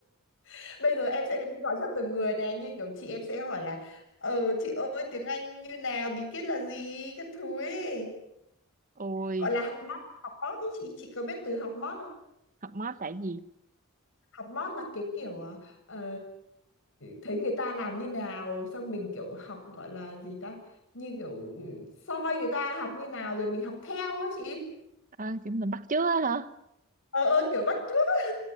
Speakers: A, on the left (about 65°); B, on the right (about 40°).
A: <laughs> Bây giờ em sẽ đi gọi cho từng người này Như kiểu chị em sẽ hỏi là Ờ chị ơi tiếng Anh như nào Bí quyết là gì các thứ ấy
B: ôi
A: Gọi là học mót Học mót ý chị Chị có biết từ học mót không
B: học mát tại gì?
A: học mót là cái kiểu à, ờ, thấy người ta làm như nào xong mình kiểu học gọi là gì ta như kiểu ừ, soi người ta học như nào rồi mình học theo á chị
B: à, chị mình bắt chước á hả
A: ờ ờ kiểu bắt chước